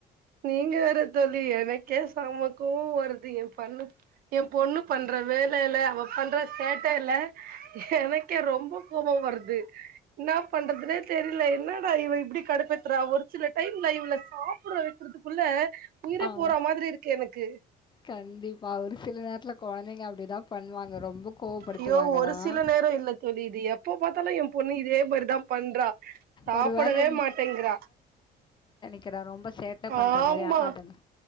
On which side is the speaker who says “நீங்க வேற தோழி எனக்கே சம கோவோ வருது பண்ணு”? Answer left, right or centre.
Right